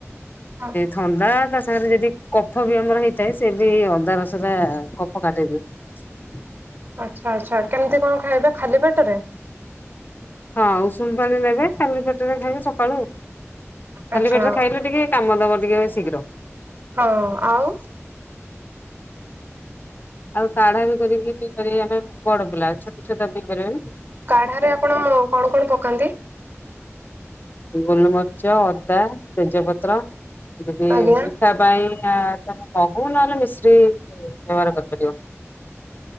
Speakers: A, on the right; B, on the left.
A: ଆଛା
B: ଥଣ୍ଡା ତାସ ସାଙ୍ଗରେ ଯଦି କଫ ବି ଆମର ହେଇଥାଏ ସେ ବି ଅଦା ରସ ଟା କଫ କାଟେଇଦିଏ। ହୁଁ।
A: ଆଚ୍ଛା ଆଚ୍ଛା କେମିତି କଣ ଖାଇବେ ଖାଲି ପେଟରେ?
B: ହଁ ଉଷୁମ ପାଣି ନେବେ ଖାଲି ପେଟରେ ଖାଇବେ ସକାଳୁ ଉଠ। ଖାଲି
A: ଆଚ୍ଛା
B: ପେଟରେ ଖାଇଲେ ଟିକେ କାମ ଦବ ଟିକେ ଶୀଘ୍ର।
A: ହଁ ଆଉ
B: ଆଉ କାଢା ବି କରିକି ପିଇପାର ଆମେ ବଡ ପିଲା ଛୋଟ ଛୋଟ ପିଲା ପଢିପାରିବେନି।
A: କାଢରେ ଆପଣ କଣ କଣ ପକାନ୍ତି?
B: ଗୋଲମରିଚ, ଅଦା, ତେଜପତ୍ର, ଯଦି
A: ଆଜ୍ଞା
B: ମିଠା ପାଇଁ ତମେ ମହୁ ନହେଲେ ମିସ୍ତ୍ରୀ ବ୍ୟବହାର କରିପାରିବ।